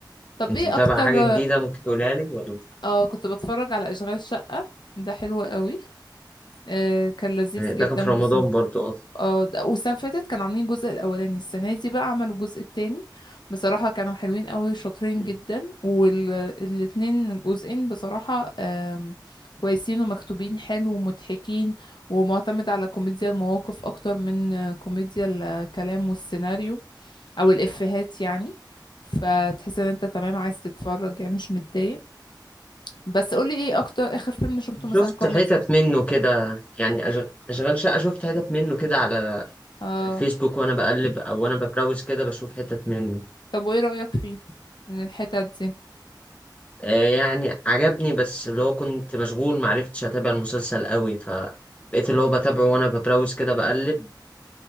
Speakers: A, on the left (about 70°); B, on the left (about 15°).
A: طب
B: انت
A: ايه
B: متابعة
A: اكتر
B: حاجة جديدة ممكن تقولها لي ولا
A: اه كنت بتفرج على اشغال شقة ده حلو قوي آه كان لذيذ
B: ده
A: جدا
B: كان في رمضان
A: بس
B: برضه
A: اه ده- والسنة فاتت كانوا عاملين الجزء الاولاني السنة دي بقى عملوا الجزء التاني بصراحة كانوا حلوين قوي وشاطرين
B: اه
A: جدا والاتنين جزئين بصراحة آم، كويسين ومكتوبين حلو ومضحكين ومعتمد على كوميديا المواقف اكتر من آه، كوميديا الكلام والسيناريو او الافيهات يعني فتحس ان انت تمام عايز تتفرج يعني مش متضايق بس قولي ايه اكتر اخر فيلم شفته
B: شفت
A: مثلا كوميدي
B: حتت منه كده يعني أش- اشغال شقة شفت حتت منه كده على
A: اه
B: الفيسبوك وانا بقلب او وانا ببراوز كده بشوف حتت منه
A: طب وايه رأيك فيه من الحتت دي
B: آه يعني عجبني بس اللي هو كنت مشغول معرفتش اتابع المسلسل قوي فبقيت اللي هو بتابعه وانا ببراوز كده بقلب